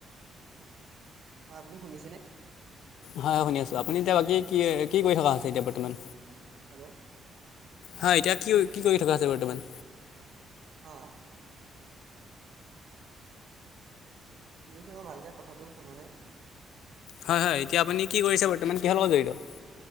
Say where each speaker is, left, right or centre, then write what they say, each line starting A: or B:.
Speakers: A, on the right; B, on the left.
A: হয়, আপুনি শুনিছেনে?
B: হয়, হয়। শুনি আছোঁ আপুনি এতিয়া বাকী কি কি কৰি থকা হৈছে এতিয়া বৰ্তমান?
A: হেল্ল'?
B: হয়, এতিয়া কি কি কৰি থকা আছে বৰ্তমান?
A: অ'। কি কৈছে মই ভালকে কথাটো শুনা নাই।
B: হয়, হয়। এতিয়া আপুনি কি কৰিছে বৰ্তমান কিহৰ লগত জড়িত?